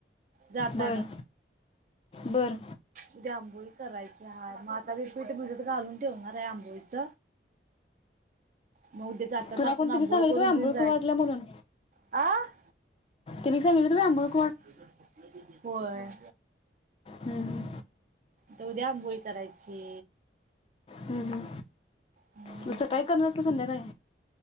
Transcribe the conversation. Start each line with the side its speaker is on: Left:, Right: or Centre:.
Right: जाताना
Left: बर बर
Right: उद्या आंबोळी करायची हाय, मग आता मी पीठ भिजत घालून ठेवणार आहे आंबोळीच. मग उद्या जाताना
Left: तुला
Right: आपण
Left: कोणतरी
Right: आंबोळ
Left: सांगितलं
Right: करून
Left: तुम्ही आंबोळ
Right: घेऊन जायच
Left: वाटल्या म्हणून
Right: आ <inaudible>
Left: सग त आम <unintelligible>
Right: <unintelligible> होय
Left: हूं हूं
Right: त उद्या आंबोळी करायची.
Left: हूं हूं
Right: हम्म
Left: मग सकाळी करणार आहेस का संध्याकाळी